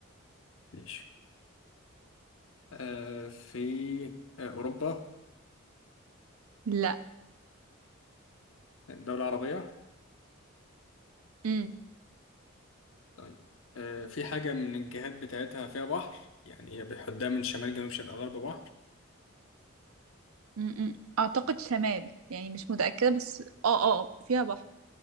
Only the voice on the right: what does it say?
لا
امم
امم اعتقد شمال يعني مش متأكدة بس اه اه آه. فيها بحر